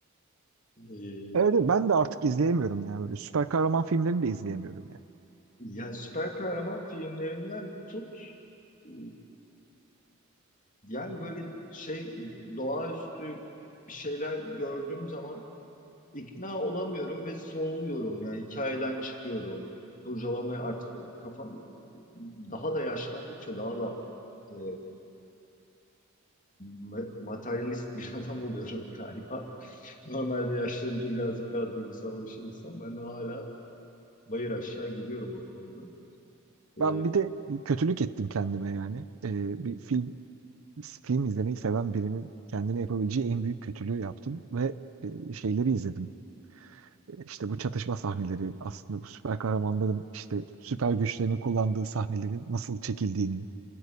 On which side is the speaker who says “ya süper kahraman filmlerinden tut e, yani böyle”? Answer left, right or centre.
Left